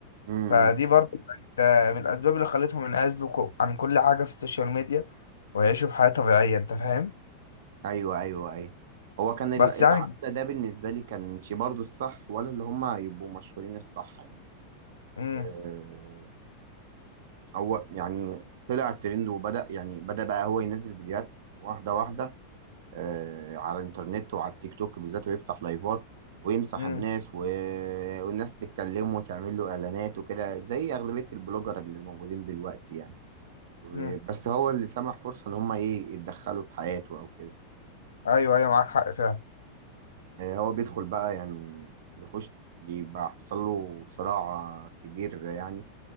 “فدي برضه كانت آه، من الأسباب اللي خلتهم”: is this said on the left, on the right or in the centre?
Left